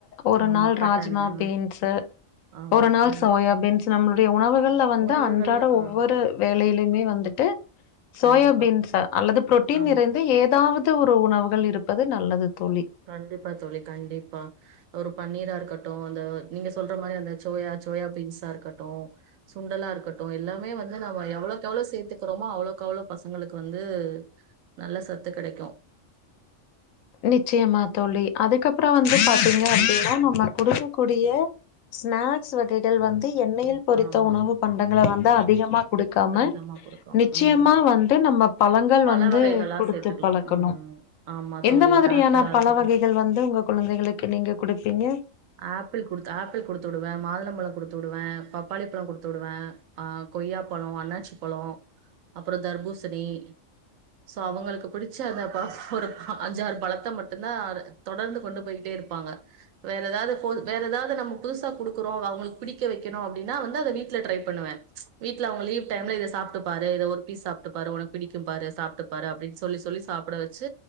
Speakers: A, on the left; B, on the right.
A: ஒரு
B: ஆமா
A: நாள்
B: பட்டாணி
A: ராஜ்மா
B: ஆ
A: பீன்ஸ்சு
B: ஆமா
A: ஒரு நாள்
B: ம்
A: சோயா பீன்ஸ் நம்மளுடைய உணவுகள்ல வந்து
B: உணவுகள்ல
A: அன்றாட
B: ஆ
A: ஒவ்வொரு வேலையிலயுமே வந்துட்டு சோயாபீன்ஸ்
B: கண்டிப்பா
A: அல்லது புரோட்டீன்
B: ஆமா
A: இருந்து ஏதாவது து ஒரு உணவுகள் இருப்பது நல்லது தோழி.
B: கண்டிப்பா தோழி கண்டிப்பா ஒரு பன்னீராா இருக்க க்கட்டும் அந்த நீங்க சொல்ற மாதிரி அந்த சோயா சோயா பீன்ஸா இருக்கட்டும் சுண்டலா இருக்கட்டும் எல்லாமே வந்து நம்ம எவ்வளவுக்கு எவ்வளவு சேர்த்துக்கிறோமோ அவ்வளவுக்கு அவளோ பசங்களுக்கு வந்து நல்ல சத்து கிடைக்கும்
A: நிச்சயமா தோழி அதுக்கப்புறம் வந்து பாத்தீங்க அப்படின்னா நம்ம கொடுக்கக்கூடிய ஸ்நாக்ஸ் வகைகள் வந்து எண்ணெயில் பொறித்த
B: ஆமா.
A: உணவு பண்டங்கள வந்து அதிகமாக குடுக்காம
B: அதிகமா குடுக்கலாம்.
A: நிச்சயமா
B: ம்.
A: வந்து நம்ம பழங்கள்
B: பழ
A: வந்து
B: வகைகளா
A: கொடுத்து
B: சேத்துக்கலாம்.
A: பழக்கணும்
B: ம். ஆமா
A: எந்த
B: தோழி.
A: மாதிரியான
B: இது ஆப்பிளா
A: பல
B: இருக்கட்டும்.
A: வகைகள் வந்து உங்க குழந்தைகளுக்கு நீங்கள் கொடுப்பீங்க
B: ஆப்பிள் குடுத்து ஆப்பிள் குடுத்து விடுவே மாதுளம்பழம் குடுத்து விடுவே பப்பாளி பழம் கொடுத்து விடுவே ஆஹ் கொய்யாப்பழம் அண்ணாச்சி பழம் அப்புறம் தர்பூசணி சோ அவங்களுக்கு பிடிச்ச அந்த பா ஒரு அஞ்சாறு பழத்த மட்டும்தா தொடர்ந்து கொண்டு போயிட்டே இருப்பாங்க வேற ஏதாவது போ வேற ஏதாவது நம்ம புதுசா கொடுக்குறோம் அவங்களுக்கு பிடிக்க வக்கணும் அப்படின்னா வந்து அத வீட்டுல ட்ரை பண்ணுவேன் வீடல அவங்க லீவ் டைம்ல இத சாப்பிட்டு பாரு இத ஒரு பீஸ் சாப்பிட்டு பாரு உனக்கு பிடிக்கும் பாரு சாப்பிட்டு பாரு அப்படின்னு சொல்லி சொல்லி சாப்பிட வச்சு